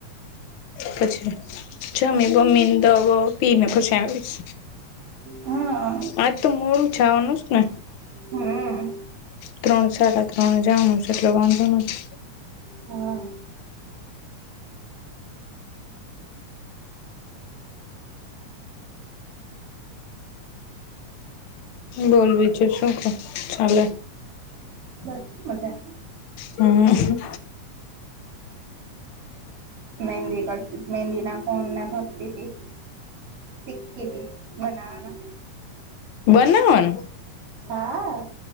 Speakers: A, on the left (about 80°); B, on the right (about 45°).
A: પછી જમી બમ્મીને દ પીને ફસ આવીશ.
B: હા
A: આજ તો મોડું જાવાનું છે ને.
B: હમ
A: ત્રણ સાડા ત્રણ જાવાનું છે એટલે વાંધવાનું છે.
B: હા.
A: બોલવી છેું શું ચાલે.
B: અચજા.
A: હમ.
B: મહેંદી કરતી મહેંદી નાખન ના ભરતી હતી. શીખતી હતી બનાવાના.
A: બનેવન.
B: હા